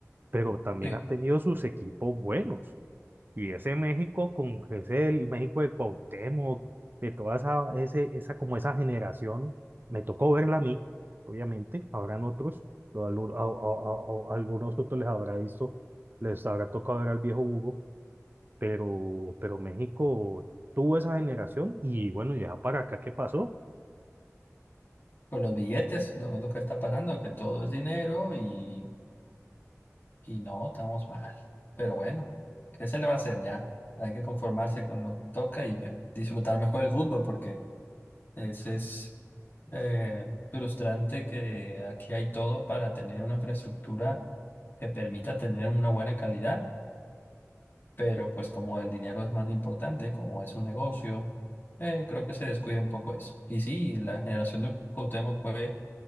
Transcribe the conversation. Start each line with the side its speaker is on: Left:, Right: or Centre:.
Right: pero también
Left: Sí,
Right: ha tenido sus equipos buenos. Y ese México con ese el México de Cuauhtémoc, de toda esa, ese, esa, como esa generación, me tocó verla a mí, obviamente, habrán otros, o algu- a- a- a- a- algunos otros les habrá visto, les habrá tocado ver al viejo Hugo, pero, pero México tuvo esa generación y bueno, ya para acá, ¿qué pasó?
Left: con los billetes, lo, lo que está pasando, que todo es dinero y Y no, estamos mal. Pero bueno, ¿qué se le va a hacer ya? Hay que conformarse con lo que toca y eh, disfrutar mejor el fútbol porque es, es eh, frustrante que aquí hay todo para tener una infraestructura que permita tener una buena calidad, pero pues como el dinero es más importante, como es un negocio, eh, creo que se descuida un poco eso. Y sí, la generación de Cuauhtémoc fue,